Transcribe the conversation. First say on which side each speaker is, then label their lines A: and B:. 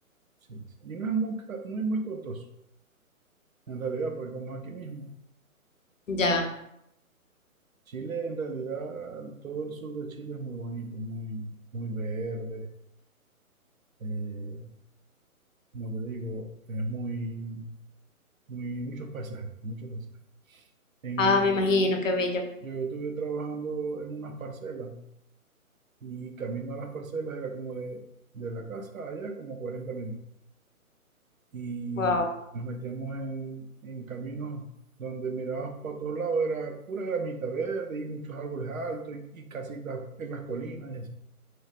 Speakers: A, on the right; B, on the left.
A: sí, sí. Y no es muy, ca- no es muy costoso, en realidad, porque como es aquí mismo,
B: Ya.
A: Chile en realidad, todo el sur de Chile es muy bonito, muy, muy verde. eh, como te digo, es muy, muy, muchos paisajes, muchos paisajes. En,
B: Ah, me imagino, qué bello.
A: Yo estuve trabajando en unas parcelas y camino a las parcelas era como de, de la casa allá como 40 minutos. Y
B: Wow.
A: nos metíamos en, en caminos donde mirabas para todos lados, era pura gramita verde y muchos árboles altos y, y casitas en las colinas y así.